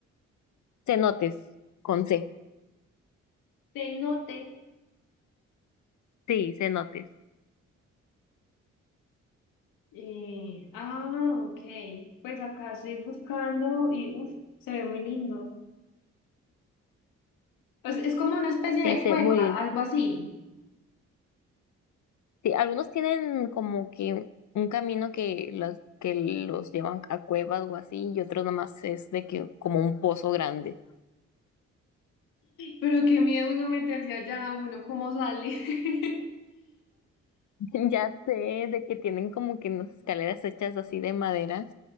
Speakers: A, on the left; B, on the left.
A: Cenotes, con C.
B: Cenotes.
A: Sí, cenotes.
B: Eh, ah, ok. Pues acá estoy buscando y uf, se ve muy lindo. Pues es como una especie
A: Sí,
B: de
A: sé,
B: cueva,
A: muy bien.
B: algo así.
A: Sí, algunos tienen como que un camino que los, que los llevan a cuevas o así, y otros nomás es de que como un pozo grande.
B: Pero qué miedo uno meterse allá, uno cómo sale. <laughs>
A: <laughs> Ya sé de que tienen como que unas escaleras hechas así de madera